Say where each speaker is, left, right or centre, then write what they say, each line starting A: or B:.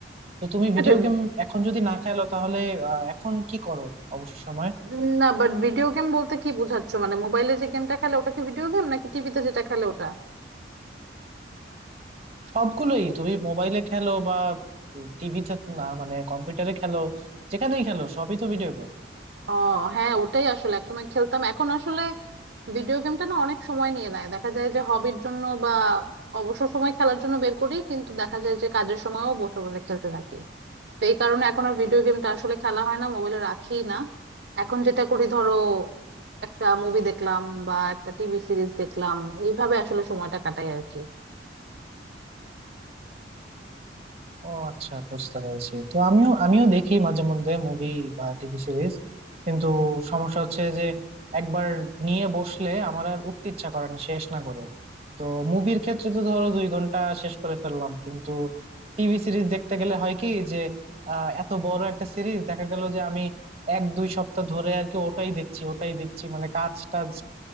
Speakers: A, on the right; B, on the right.
A: তো তুমি ভিডিও
B: আচ্ছা
A: গেম এখন যদি না খেলো তাহলে আহ, এখন কি করো অবসর সময়
B: উম, না বাট ভিডিও গেম বলতে কি বোঝাচ্ছ মানে মোবাইলে যে গেমটা খেলে ওটা কি ভিডিও গেম নাকি টিভিতে যেটা খেলে ওটা
A: সবগুলোই তুমি মোবাইলে খেলো বা টিভিতে না মানে কম্পিউটারে খেলো যেখানেই খেলো সবই তো ভিডিও গেম
B: ও হ্যাঁ ওটাই আসলে একসময় খেলতাম এখন আসলে ভিডিও গেমটা না অনেক সময় নিয়ে নেয় দেখা যায় যে হবির জন্য বা অবসর সময় খেলার জন্য বের করি কিন্তু দেখা যায় যে কাজের সময়ও বসে বসে খেলতে থাকি তো এই কারণে এখন আর ভিডিও গেমটা আসলে খেলা হয় না মোবাইলে রাখি না এখন যেটা করি ধরো একটা মুভি দেখলাম বা একটা টিভি সিরিজ দেখলাম এইভাবে আসলে সময়টা কাটাই আর কি
A: ও আচ্ছা বুঝতে পেরেছি তো আমিও আমিও দেখি মাঝে মধ্যে মুভি বা টিভি সিরিজ কিন্তু সমস্যা হচ্ছে যে একবার নিয়ে বসলে আমার আর উঠতে ইচ্ছা করে না শেষ না করে তো মুভির ক্ষেত্রে তো ধরো দুই ঘন্টা শেষ করে ফেললাম কিন্তু টিভি সিরিজ দেখতে গেলে হয় কি যে আহ এত বড় একটা সিরিজ দেখা গেল যে আমি এক দুই সপ্তাহ ধরে আর কি ওটাই দেখছি ওটাই দেখছি মানে কাজ টাজ